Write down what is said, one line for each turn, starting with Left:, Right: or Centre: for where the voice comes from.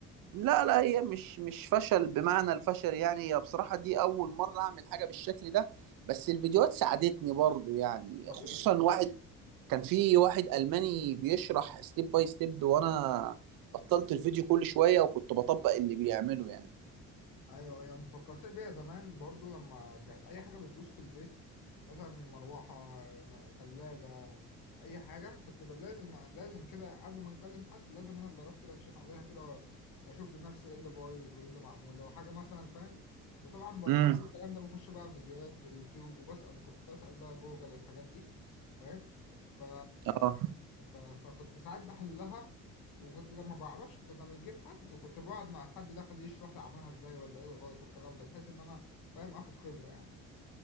Right: لا لا هي مش مش فشل بمعنى الفشل يعني هي بصراحة دي أول مرة أعمل حاجة بالشكل ده بس الفيديوهات ساعدتني برضو يعني
Left: طبيعي
Right: خصوصا واحد كان في واحد ألماني بيشرح ستيب باي ستيب وأنا بطلت الفيديو كل شوية وكنت بطبق اللي بيعمله يعني
Left: ايوه ايوه انت فكرتني بيا زمان برضو لما كانت اي حاجه بتبوظ في البيت مثلا مروحه م- تلاجة اي حاجه كنت بل- لازم لازم كده قبل ما نكلم حد لازم انا اللي اروح كده اكشف عليها كده واشوف بنفسي ايه اللي بايظ وايه اللي معمول لو حاجه مثلا فاهم وطبعا ب-
Right: امم
Left: كل الكلام ده بخش بقى في فيديوهات واليوتيوب وبسال كنت بسال بقى جوجل والحاجات دي فاهم ف...
Right: اه
Left: ف... فكنت ساعات بحلها وكنت لما بعرفش كنا بنجيب حد وكنت بقعد مع الحد ده خليه يشرح لي عملها ازاي ولا ايه الغلط والكلام ده بحيث ان انا فاهم اخد خبرة يعني